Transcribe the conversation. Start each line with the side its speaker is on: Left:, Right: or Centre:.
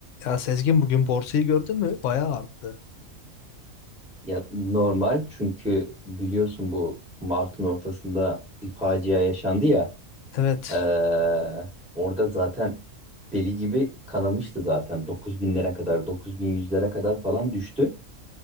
Left: Ya Sezgin bugün borsayı gördün mü? Bayağı arttı.
Centre: Ya normal çünkü biliyorsun bu Mart'ın ortasında bir facia yaşandı ya.
Left: Evet,
Centre: Ee, orada zaten deli gibi kanamıştı zaten. dokuz binlere kadar, dokuz bin yüzlere kadar falan düştü.